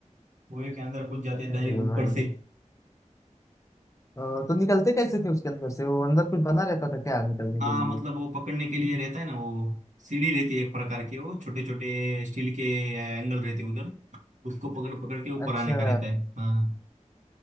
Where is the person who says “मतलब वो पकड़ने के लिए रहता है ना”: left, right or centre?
Right